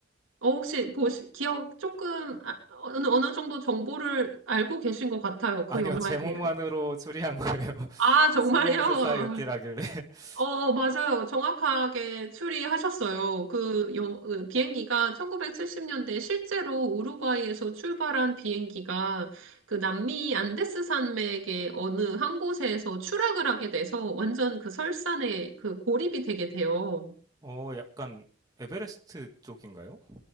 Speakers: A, on the right; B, on the right.
A: 어, 혹시 보시, 기억 조금, 아, 어느, 어느 정도 정보를 알고 계신 것 같아요. 그
B: 아니요,
A: 영화에
B: 제목만으로
A: 대해서.
B: 추리한 거예요. <laughs>
A: 아, 정말요?
B: 스노우 소사이어티라길래. <laughs>
A: 어, 어, 맞아요. 정확하게 추리하셨어요. 그 영- 그 비행기가 1970년대 실제로 우루과이에서 출발한 비행기가 그 남미 안데스 산맥의 어느 한 곳에서 추락을 하게 돼서 완전 그 설산에 그 고립이 되게 돼요.
B: 어, 약간 에베레스트 쪽인가요?